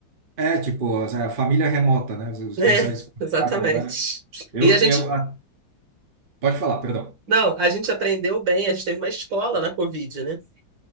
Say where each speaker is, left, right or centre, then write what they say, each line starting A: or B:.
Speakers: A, on the right (about 35°); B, on the right (about 70°).
A: É, tipo, as- é a família remota, né? Você
B: É, <laughs>
A: consegue se comunicar
B: exatamente.
A: com a galera. Eu,
B: E a gente,
A: eu, a- Pode falar, perdão.
B: não, a gente aprendeu bem, a gente teve uma escola na Covid, né?